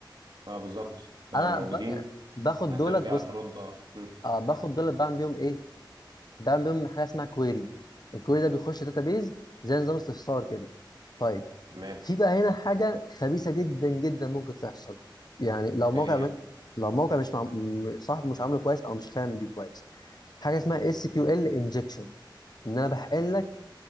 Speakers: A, on the right; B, on the left.
A: اه بالظبط فلو
B: انا
A: موجودين
B: ب... يعني باخد
A: هترجع
B: دولت بوست
A: ترد اه مم.
B: آه باخد دولت بعمل بيهم ايه بعمل بيهم حاجه اسمها كويري الكويري ده بيخش داتابيس زي نظام استفسار كده طيب
A: تمام
B: في بقى هنا حاجة خبيثة جدا جدا ممكن تحصل يعني لو موقع
A: ايه هي؟
B: م... لو موقع مش مع... م- صاحبه مش عامله كويس او مش فاهم دي كويس حاجة اسمها اس كيو ال انجكشن ان انا بحقن لك